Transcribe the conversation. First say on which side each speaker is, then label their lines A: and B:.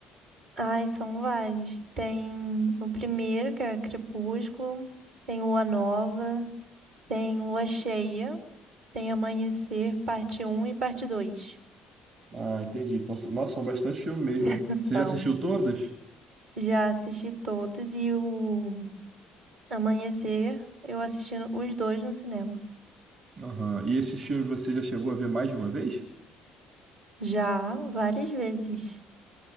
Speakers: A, on the right (about 70°); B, on the right (about 55°).
A: Ai, são vários. Tem o primeiro, que é Crepúsculo, tem Lua Nova, tem Lua Cheia, tem Amanhecer, parte um e parte 2.
B: Ah, entendi. Então, são- nossa, são bastante filmes mesmo,
A: <laughs>
B: né?
A: São.
B: Você já assistiu todos?
A: Já assisti todos e o Amanhecer, eu assisti no- os dois no cinema.
B: Aham. E esses filmes você já chegou a ver mais de uma vez?
A: Já várias vezes.